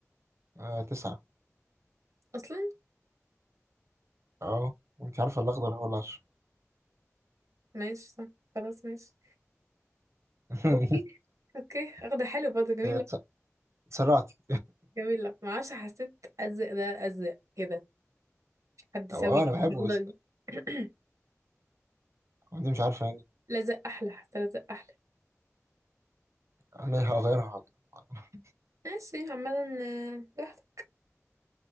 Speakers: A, on the right; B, on the right.
A: آه تسعة
B: اصلا
A: أه وأنت عارفة الأخضر هو العشرة
B: ماشي صح خلاص ماشي
A: <laughs>
B: اوكي اوكي اخده حلو برضه جميله
A: إيه، اتس- اتسرعتي
B: جميله معرفش حسيت ازرق ده ازرق كده حد
A: أو
B: سوي لي
A: أنا بحبه بس
B: <clears throat>
A: أنت مش عارفة يعني
B: لزق احلى حتى لزق احلى
A: أنا هغيرها حاضر <laughs>
B: ماشي عمدا آه، واحدة